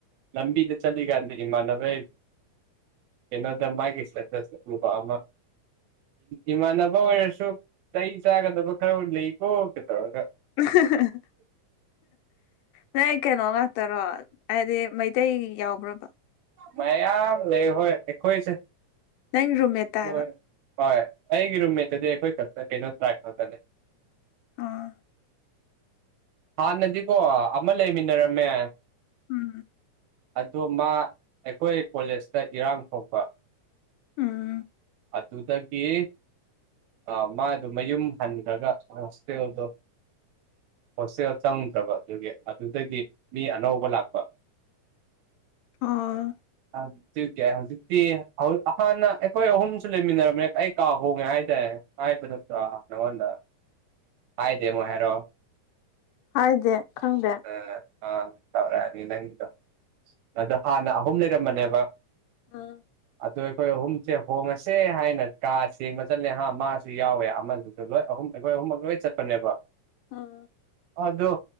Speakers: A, on the right; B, on the left.
A: ꯂꯝꯕꯤꯗ ꯆꯠꯂꯤ ꯀꯥꯟꯗ ꯏꯃꯥꯟꯅꯕꯩ ꯀꯩꯅꯣꯗ ꯃꯥꯒꯤ ꯏꯁꯇꯦꯇꯁꯇ ꯎꯕ ꯑꯃ ꯏꯃꯥꯟꯅꯕ ꯑꯣꯏꯔꯁꯨ ꯆꯩ ꯆꯥꯒꯗꯕ ꯈꯔ ꯂꯩꯀꯣ ꯇꯧꯔꯒ
B: <unintelligible> ꯅꯣꯏ ꯀꯩꯅꯣ ꯉꯥꯛꯇꯔꯣ ꯍꯥꯏꯗꯤ ꯃꯩꯇꯩ ꯌꯥꯎꯕ꯭ꯔꯕ
A: ꯃꯌꯥꯝ ꯂꯩ ꯍꯣꯏ ꯑꯩꯈꯣꯏꯁꯦ
B: ꯅꯪ ꯔꯨꯝꯃꯦꯠꯇ
A: ꯑꯩꯈꯣꯏ
B: ꯍꯥꯏꯕ
A: ꯍꯣꯏ ꯑꯩꯒꯤ ꯔꯨꯝꯃꯦꯠꯇꯗꯤ ꯑꯩꯈꯣꯏ ꯈꯛꯇ ꯀꯩꯅꯣ ꯇ꯭ꯔꯥꯏꯕ ꯈꯛꯇꯅꯦ
B: ꯑꯥ
A: ꯍꯥꯟꯅꯗꯤꯀꯣ ꯑꯃ ꯂꯩꯃꯤꯟꯅꯔꯝꯃꯦ
B: ꯎꯝ
A: ꯑꯗꯣ ꯃꯥ ꯑꯩꯈꯣꯏ ꯀꯣꯂꯦꯖꯇ ꯏꯔꯥꯡ ꯊꯣꯛꯄ
B: ꯎꯝ
A: ꯑꯗꯨꯗꯒꯤ ꯑ ꯃꯥꯗꯣ ꯃꯌꯨꯝ ꯍꯟꯈ꯭ꯔꯒ ꯍꯣꯁꯇꯦꯜꯗꯣ ꯍꯣꯁꯇꯦꯜ ꯆꯪꯗ꯭ꯔꯕ ꯑꯗꯨꯒꯤ ꯑꯗꯨꯗꯒꯤ ꯃꯤ ꯑꯅꯧꯕ ꯂꯥꯛꯄ
B: ꯑꯣ
A: ꯑꯗꯨꯒꯤ ꯍꯧꯖꯤꯛꯇꯤ ꯑꯍ ꯍꯥꯟꯅ ꯑꯩꯈꯣꯏ ꯑꯍꯨꯝꯁꯨ ꯂꯩꯃꯤꯟꯅꯔꯝꯃꯦ ꯑꯩ ꯀꯥ ꯍꯣꯡꯉꯦ ꯍꯥꯏꯗꯥꯏ ꯍꯥꯏꯕ ꯅꯠꯇ꯭ꯔꯣ ꯅꯪꯉꯣꯟꯗ ꯍꯥꯏꯗꯦꯃꯨꯛ ꯍꯥꯏꯔꯛꯑꯣ
B: ꯍꯥꯏꯗꯦ ꯈꯪꯗꯦ
A: ꯑꯥ ꯑꯥ ꯇꯧꯔꯛꯑꯅꯤ ꯅꯪꯁꯨ ꯑꯗꯣ ꯍꯥꯟꯅ ꯑꯍꯨꯝ ꯂꯩꯔꯝꯕꯅꯦꯕ
B: ꯑ
A: ꯑꯗꯣ ꯑꯩꯈꯣꯏ ꯑꯍꯨꯝꯁꯦ ꯍꯣꯡꯉꯁꯦ ꯍꯥꯏꯅ ꯀꯥ ꯁꯦꯡꯕ ꯆꯠꯂꯦ ꯍꯥ ꯃꯥꯁꯨ ꯌꯥꯎꯋꯦ ꯑꯃꯁꯨ ꯑꯗꯨ ꯂꯣꯏ ꯑꯍꯨꯝ ꯑꯩꯈꯣꯏ ꯑꯍꯨꯝꯃꯛ ꯂꯣꯏ ꯆꯠꯄꯅꯦꯕ
B: ꯑ
A: ꯑꯗꯣ